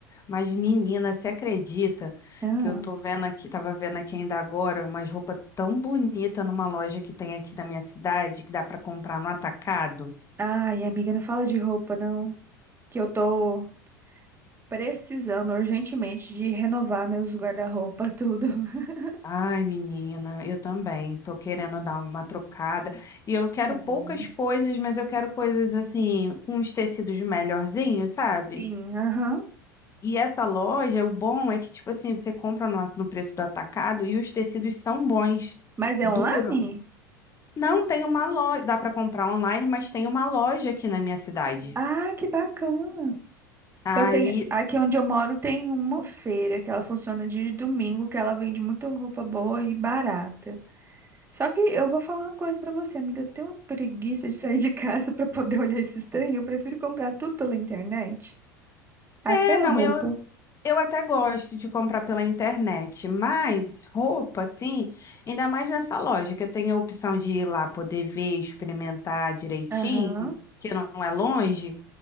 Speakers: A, on the left; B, on the right.
A: Mas, menina, você acredita
B: Ah.
A: que eu tô vendo aqui, tava vendo aqui ainda agora, umas roupas tão bonita numa loja que tem aqui da minha cidade, que dá pra comprar no atacado?
B: Ai, amiga, não fala de roupa, não. Que eu tô precisando urgentemente de renovar meus guarda-roupa, tudo. <laughs>
A: Ai, menina, eu também tô querendo dar uma trocada. E eu quero
B: É bom.
A: poucas coisas, mas eu quero coisas assim, com uns tecidos melhorzinhos, sabe?
B: Sim, aham.
A: E essa loja, o bom é que, tipo assim, você compra no, no preço do atacado e os tecidos são bons,
B: Mas é
A: duram.
B: online?
A: Não, tem uma loja. Dá pra comprar online, mas tem uma loja aqui na minha cidade.
B: Ah, que bacana.
A: Aí.
B: Eu tenho, aqui onde eu moro tem uma feira que ela funciona de domingo, que ela vende muita roupa boa e barata. Só que eu vou falar uma coisa pra você, amiga, eu tenho uma preguiça de <laughs> sair de casa <laughs> pra poder olhar esse trem. Eu prefiro comprar tudo pela internet, até
A: É, não,
B: roupa.
A: eu, eu até gosto de comprar pela internet, mas roupa, assim, ainda mais nessa loja, que eu tenho a opção de ir lá poder ver, experimentar direitinho,
B: Aham.
A: que não é longe.